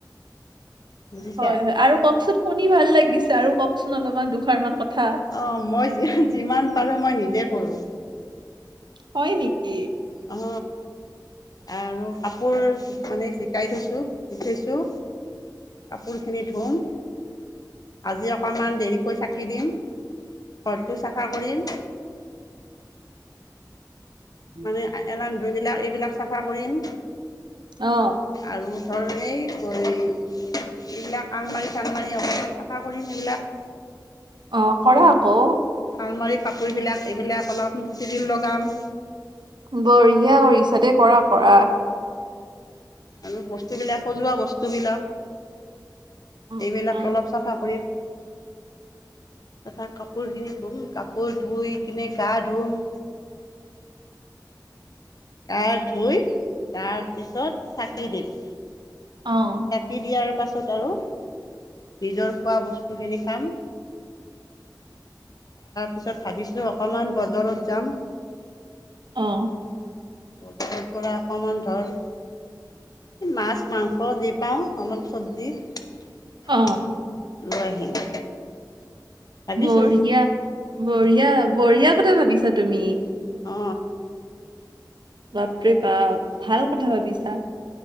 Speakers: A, on the left; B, on the right.
A: বুজিছা
B: হয় হয় আৰু কওঁকচোন শুনি ভাল লাগিছে আৰু কওঁকচোন অলপমান দুষাৰ মান কথা।
A: অ মই যি যিমান পাৰো মই নিজে কৰো।
B: হয় নেকি
A: অ আৰু কাপোৰ মানে জিকাই থৈছোঁ শিকিছোঁ কাপোৰখিনি ধোম আজি অকণমান দেৰিকৈ চাকি দিম ঘৰটো চাফা কৰিম।
B: উ
A: মানে এলাহ ধুইবিলাক এইবিলাক চাফা কৰিম
B: অ'
A: আৰু ধৰ এই এইবিলাক আলমাৰি চালমাৰি অকণমান চাফা কৰিম এইবিলাক।
B: অ কৰা আকৌ।
A: আলমাৰি কাপোৰবিলাক এইবিলাক অলপ চিজিল লগাম।
B: বঢ়িয়া কৰিছা দে কৰা কৰা।
A: আৰু বস্তুবিলাক সজোৱা বস্তুবিলাক।
B: উম,
A: এইবিলাক
B: অ
A: অলপ চাফা কৰি তা পৰা কাপোৰ খিনি ধুম কাপোৰ ধুই কিনে গা ধুম গা ধুই তাৰ পিছত চাকি দিম
B: অঁ
A: চাকি দিয়াৰ পিছত আৰু নিজৰ খোৱা বস্তু বস্তু খিনি খাম পিছত ভাবিছোঁ অকণমান বজাৰত যাম।
B: অ
A: বাজাৰ পৰা অকণমান ধৰ মাছ মাংস যি পাওঁ অলপ চব্জি লৈ
B: অ
A: আহিম। ভাবিছোঁ
B: বঢ়িয়া বঢ়িয়া বঢ়িয়াৰ কথা ভাবিছা তুমি।
A: অ
B: বাপৰে বাপ ভাল কথা ভাবিছা।